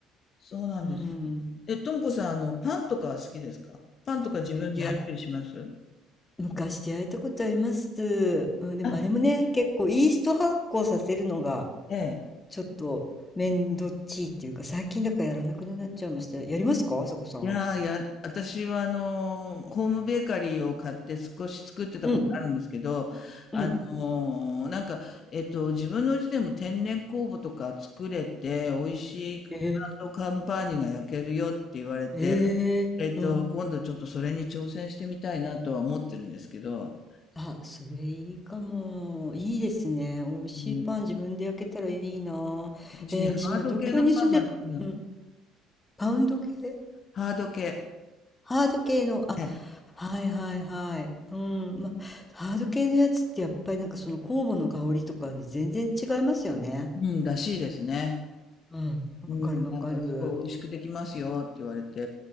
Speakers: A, on the left (about 40°); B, on the left (about 20°).
A: そうなんです。
B: うん。
A: え、ともこさん、あの、パンとかは好きですかパンとか自分で焼いたりします
B: いや、昔焼いたことあります。うん、でもあれもね、
A: あ、
B: 結構イースト発酵させるのが
A: ええ。
B: ちょっと面倒っちいっていうか、最近だからやらなくなっちゃいました。やりますか、あさこさん。
A: いやー、いや、私はあのー、ホームベーカリーを買って少し作ってたことあるんですけど、
B: うん、
A: あのー、
B: うん。
A: なんか、えっと、自分のうちでも天然酵母とか作れて、美味しい
B: え
A: カンパーニュが焼けるよって言われて、
B: ー、えー、
A: えっと、
B: うん
A: 今度ちょっとそれに挑戦してみたいなとは思ってるんですけど、
B: あ、それいいかも。いいですね。美味しいパン自分で焼けたらいいな。
A: うん、私ね、
B: えー、私、
A: ハード系のパンが好きな、
B: まあ、東京に住んで、うん、パウンド系
A: ハード系、
B: ハード系の、あ、
A: え
B: はいはいはい。うん、まあ、ハード系のやつってやっぱりなんかその酵母の香りとかで全然違いますよね。
A: うん、らしいですね。
B: うん、わかるわかる。
A: うん、なんか、すごい美味しくできますよって言われて、